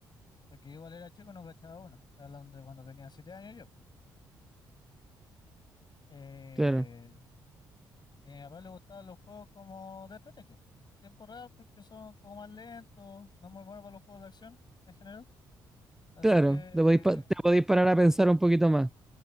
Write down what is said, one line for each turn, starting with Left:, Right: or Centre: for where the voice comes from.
Left: porque yo igual era chico y no cachaba uno. Estoy hablando de cuando tenía siete años yo. Eh,
Centre: claro,
Left: Y a mi papá le gustaban los juegos como de estrategia, en tiempo real, porque son como más lentos, no es muy bueno para los juegos de acción en general. Así
Centre: claro,
Left: que
Centre: te podéis, pa- te podéis parar a pensar un poquito más.